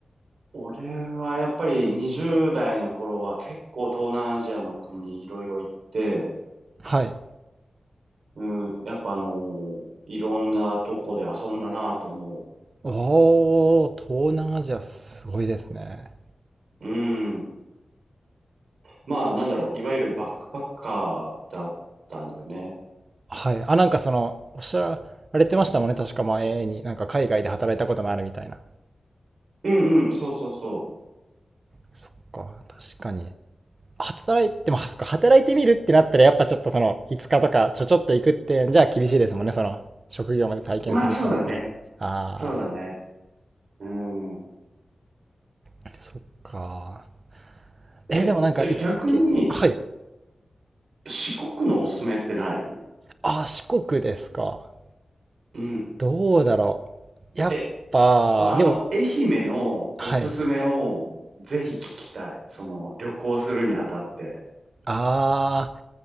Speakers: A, on the right; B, on the right.
A: 俺はやっぱり20代の頃は結構東南アジアの国いろいろ行って、
B: <laughs> はい。
A: うん、やっぱあのーいろんなとこで遊んだなと思
B: おー、東南アジアすごいですね。
A: う。うん。まあ、なんだろう、いわゆるバックパッカーだったんだよね。
B: はい。あ、なんかその、おっしゃられてましたもんね。確か前に、なんか海外で働いたこともあるみたいな。
A: うんうん、そうそうそ
B: そっか、確かに。働いて、まあ、そっか、働いてみるってなったら、やっぱちょっとその、5日とかちょちょっと行くって、じゃあ厳しいですもんね。その、職業まで体験するってなったら。
A: う。まあ、そうだね。
B: あ
A: そうだね。うん。
B: あ、そっか。え、
A: え、
B: でもなんか行って、
A: じゃあ逆に、
B: はい。
A: 四国のおすすめってない
B: ああ、四国ですか。
A: うん。
B: どうだろう。やっぱ、
A: え、あの、
B: でも、
A: 愛媛のおすすめをぜひ聞きたい。
B: はい。
A: その、旅行するにあたって。
B: ああ、